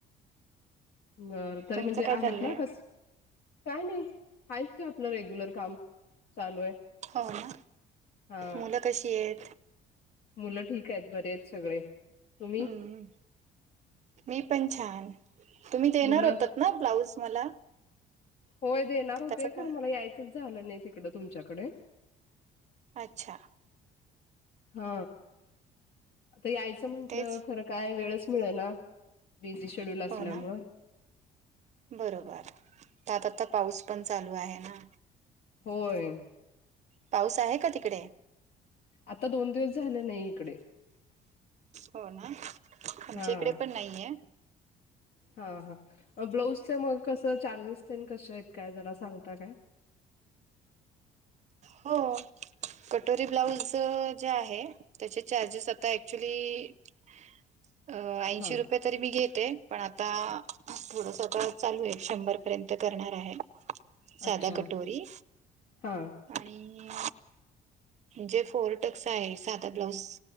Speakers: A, on the left; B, on the right.
A: बरं तरी
B: तुमचं
A: म्हणजे
B: काय
A: आहेत
B: चाललंय
A: ना कस काय नाही आहेच की आपलं रेग्युलर काम चालू आहे.
B: हो ना
A: हा
B: मुलं कशी आहेत?
A: मुलं ठीक आहेत बरे आहेत सगळे. तुम्ही
B: हम्म मी पण छान तुम्ही देणार
A: मुलं?
B: होतात ना ब्लाऊज मला.
A: होय देणार होते
B: त्याच
A: खरं
B: का
A: मला यायचंच झालं नाही तिकडं तुमच्याकडे.
B: अच्छा
A: हा. आता यायचं म्हंटलं
B: तेच
A: खरं काय वेळच मिळना बिझी शेड्यूल असल्यामूळं.
B: हो ना बरोबर ता ता ता पाऊस पण चालू आहे ना.
A: होय.
B: पाऊस आहे का तिकडे?
A: आता दोन दिवस झाले नाही इकडे.
B: हो ना आमच्या
A: हा.
B: इकडे पण नाहीये.
A: हा हा ब्लाऊजचे मग कसं चार्जेस तेन कशे आहेत काय जरा सांगता काय?
B: हो कटोरी ब्लाउज त जे आहे त्या चार्जेस आता ऍक्च्युली अ ऐंशी
A: हा
B: रु पये तरी मी घेते पण आता थोडसा तर चालू आहे शंभर पर्यंत करणार आहे. साधा
A: अच्छा
B: कटोरी
A: हा.
B: आणि जे फोर टक्स आहे सादा ब्लाऊज